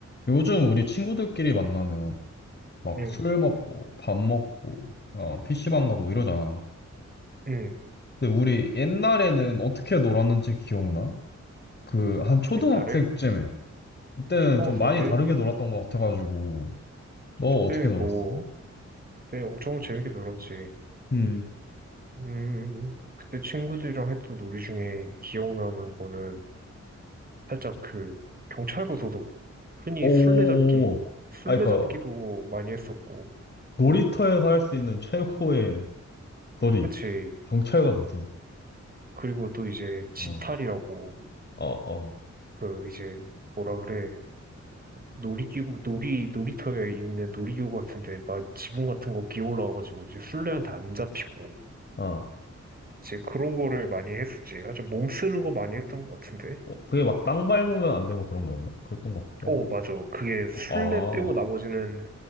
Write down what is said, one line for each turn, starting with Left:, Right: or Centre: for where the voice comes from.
Left: 요즘 우리 친구들끼리 만나면 막
Right: 응,
Left: 술 먹고 밥 먹고 어, PC방 가고 이러잖아.
Right: 응.
Left: 근데 우리 옛날에는 어떻게 놀았는지 기억나? 그 한 초등학생쯤에
Right: 옛날에
Left: 그때는
Right: 초등학생
Left: 좀 많이
Right: 때
Left: 다르게 놀았던 것 같아가지고 너
Right: 그때
Left: 어떻게 놀았어?
Right: 뭐 그때 엄청 재밌게 놀았지.
Left: 음,
Right: 음, 그때 친구들이랑 했던 놀이 중에 기억나는 거는 살짝 그 경찰과 도둑, 흔히
Left: 오,
Right: 술래잡기, 술래잡기도
Left: 아, 그니까,
Right: 많이 했었고,
Left: 놀이터에서 할 수 있는 최고의 놀이.
Right: 그치?
Left: 경찰과 도둑.
Right: 그리고 또 이제 지탈이라고
Left: 어, 어, 어,
Right: 그 이제 뭐라 그래? 놀이기구, 놀이, 놀이터에 있는 놀이기구 같은데 막 지붕 같은 거 기어 올라와가지고 이제 술래한테 안 잡히고
Left: 아.
Right: 이제 그런 거를 많이 했었지. 아주 몸 쓰는 거 많이 했던 것 같은데.
Left: 어, 그게 막 땅 밟으면 안 되고 그런 거였나? 그랬던 것 같기도
Right: 어,
Left: 하고.
Right: 맞아. 그게 술래
Left: 어,
Right: 빼고 나머지는